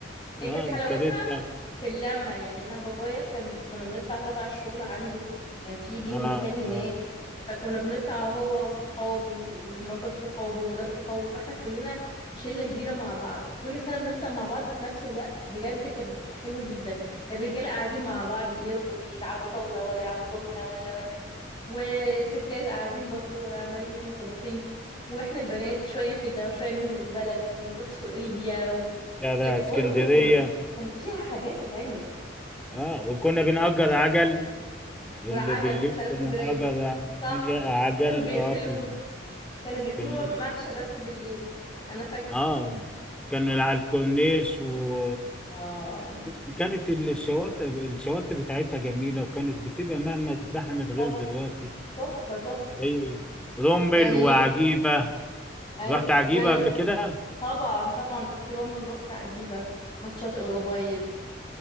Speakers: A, in the centre; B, on the left (about 25°).
A: اه
B: هي كانت حلاوتها
A: الكاريتا
B: في اللمة يعني أنا بابايا كان كنا بنطلع تبع الشغل عنده كان في ليهم
A: اه
B: مكان هناك
A: اه
B: فكنا بنطلع هو وصحابه ومراتات صحابه وولاد صحابه فاحنا كلنا شلة كبيرة مع بعض كل سنة بنطلع مع بعض في نفس الوقت بجد كانت بتبقى حلوة جدا الرجالة قاعدين مع بعض يرغوا يلعبوا طاولة ولا يلعبوا دومينة ولا ولا والستات قاعدين برضو عمالين منطلقين واحنا البنات شوية كده وشوية ننزل البلد ونروح سوق ليبيا و...
A: لا لا
B: كانت
A: اسكندريه
B: برضو كان فيها حاجات تتعمل
A: اه وكنا بنأجر عجل اللي
B: والعجل
A: بالليل
B: في شارع اسكندرية
A: كنا نأجر
B: صح
A: عج- عجل
B: كانوا بيقفلوه
A: اه في ال-
B: كانوا بيقفلوه
A: في الليل
B: ممشى بس بالليل انا فاكره
A: اه كان على الكورنيش و...
B: اه
A: وكانت الشواطئ الشواطئ بتاعتها جميلة وكانت بتبقى مهما اتزحمت غير
B: تحفه
A: دلوقتي
B: تحفه تحفه
A: زي رمل
B: يعني
A: وعجيبة
B: اي
A: رحت عجيبة
B: يعني
A: قبل كده
B: طبعا طبعا رحت رومل رحت عجيبه رحت شاطئ الأبيض